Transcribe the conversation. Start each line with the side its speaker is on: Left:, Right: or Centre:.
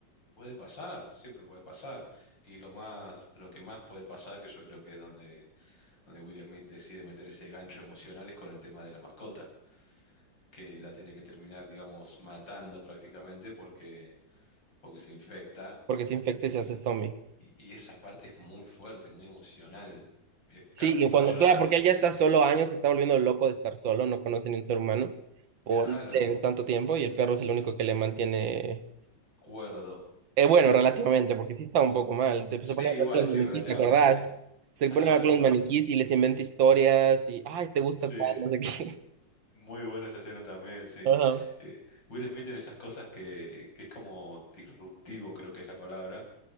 Left: Puede pasar, siempre puede pasar. Y lo más, lo que más puede pasar, que yo creo que es donde, donde Will Smith decide meter ese gancho emocional, es con el tema de la mascota, que la tiene que terminar, digamos, matando prácticamente porque, porque se infecta.
Right: porque se infecta
Left: Y,
Right: y se hace zombie.
Left: y, y esa parte es muy fuerte, muy emocional. Es
Right: Sí,
Left: casi
Right: y
Left: para
Right: cuando,
Left: llorar,
Right: claro,
Left: te
Right: porque
Left: diría.
Right: él ya está solo años, se está volviendo loco de estar solo, no conoce ni un ser humano por,
Left: Claro.
Right: no sé, tanto tiempo, y el perro es el único que le mantiene
Left: Cuerdo.
Right: Eh, bueno, relativamente, porque sí estaba un poco mal. Te-
Left: Sí,
Right: se pone
Left: igual,
Right: a hablar con
Left: sí,
Right: los maniquís,
Left: relativamente.
Right: ¿te acordás? Se
Left: <laughs>
Right: pone a
Left: Tal
Right: hablar con
Left: cual.
Right: los maniquís y les inventa historias y, ay, te gusta
Left: Sí,
Right: tal, no sé qué.
Left: muy buena esa escena también, sí.
Right: <laughs> Ajá.
Left: Eh, Will Smith tiene esas cosas que, que es como disruptivo, creo que es la palabra.